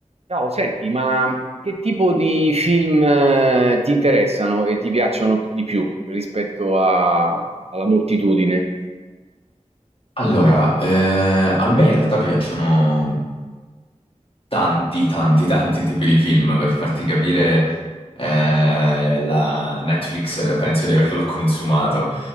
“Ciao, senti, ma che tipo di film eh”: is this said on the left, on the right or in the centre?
Right